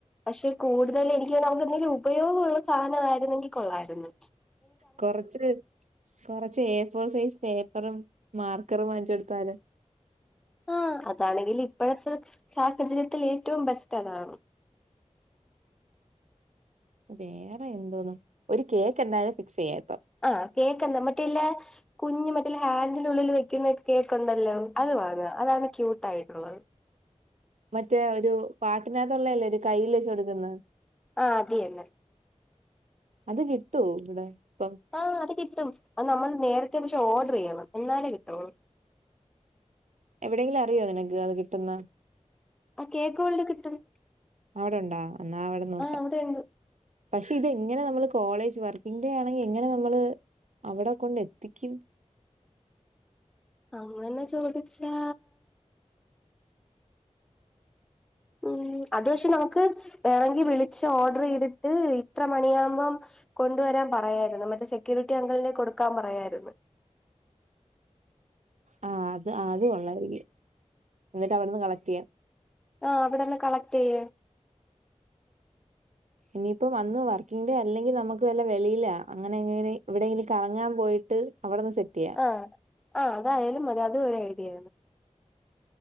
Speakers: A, in the centre; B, on the right (about 75°).
A: പഷെ കൂടുതലെനിക്ക് തോന്ന് അവക്കെന്തേലുപയോഗുള്ള സാനവായിരിന്നെങ്കി കൊള്ളായിരുന്ന്
B: കൊറച്ച് കൊറച്ച് എ ഫോർ സൈസ് പേപ്പറും മാർക്കറും വാങ്ങിച്ച് കൊടുത്ത ലോ
A: ആഹ് അതാണെങ്കിൽ ഇപ്പോഴത്തെ സാഹചര്യത്തിൽ ഏറ്റവും ബെസ്റ്റ് അതാണ്.
B: വേറെ എന്തോന് ഒരു കേക്ക് എന്തായാലും ഫിക്സ് ചെയ്യാപ്പം.
A: ആഹ് കേക്കുന്ന മട്ടില്ല. കുഞ്ഞമറ്റെ ഹാൻഡിനുള്ളിൽ വെക്കുന്ന കേക്ക് ഉണ്ടല്ലോ അത് വാങ്ങ അതാണ് ക്യൂട്ട് ആയിട്ടുള്ളത്.
B: മറ്റേ ഒരു പാട്ടിനകത്തുള്ളല്ലേ ഒരു കയ്യിൽ വെച്ച കൊടുക്കുന്ന
A: ആഹ അതന്നെ.
B: അത് കിട്ടോ ഇവിടെ ഇപ്പം..
A: ആഹ് അത് കിട്ടും അത് നമ്മൾ നേരത്തെ പക്ഷെ ഓർഡർയ്യണം എന്നാലേ കിട്ടോള്ളു.
B: എവിടെയെങ്കിലും അറിയോ നിനക്ക് അത് കിട്ടുന്ന.
A: ആ കേക്കുകൾടെകിട്ടും?
B: അവിടെണ്ടാ എന്നാ അവിടെ നോക്കാം.
A: അവിടെണ്ട്
B: പക്ഷെ ഇതെങ്ങനെ നമ്മള് കോളേജ് വർക്കിംഗ് ഡേ ആണെങ്കി എങ്ങനെനമ്മള്.. അവിടെ കൊണ്ടെത്തിക്കും.
A: അങ്ങനെചോദിച്ചാ ഉം അത്പക്ഷേ നമുക്ക് വേണെങ്കി വിളിച്ച് ഓർഡർ ചെയ്തിട്ട് ഇത്ര മണിയാകുമ്പ. കൊണ്ടുവരാൻ പറയായിരുന്നു മറ്റേ സെക്യൂരിറ്റി അംഗിളിനെ കൊടുക്കാൻ പറയാരുന്നു.
B: ആ അത് അതു കൊള്ളായിരിക്കും എന്നിട്ട് അവിടെന്ന് കളക്റ്റിയ്യാം.
A: ആഹ അവിടെന്ന് കളക് റ്റെയ്യ്.
B: ഇനിയിപ്പം വന്നു വർക്കിംഗ് ഡേ അല്ലെങ്കിൽ നമുക്ക് വല്ല വെളിയിലൊ അങ്ങനെ എങ്ങനെ എവിടെയെങ്കിലും കറങ്ങാൻ പോയിട്ട് അവിടെന്ന്സെറ്റിയ്യാം.
A: ആ ആ അതായാലും മതി അതും ഒരു ഐഡിയ